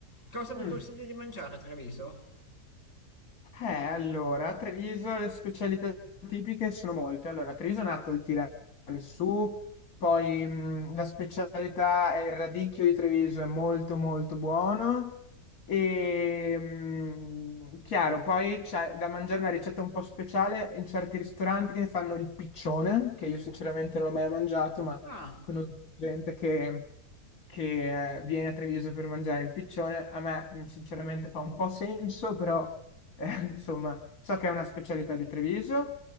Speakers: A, on the left; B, on the left.
A: cosa mi
B: mm.
A: consigli di mangiare a Treviso?
B: Eh, allora, a Treviso le specialità tipiche sono molte. Allora, a Treviso è nato il tiramisù, poi mh, la specialità è il radicchio di Treviso, è molto molto buono. E mh, chiaro, poi c'è da mangiare una ricetta un po' speciale in certi ristoranti che fanno il piccione, che io sinceramente non l'ho mai mangiato, ma
A: Ah.
B: conosco gente che che eh, viene a Treviso per mangiare il piccione, a me mh, sinceramente fa un po' senso, però eh, <laughs> insomma, so che è una specialità di Treviso,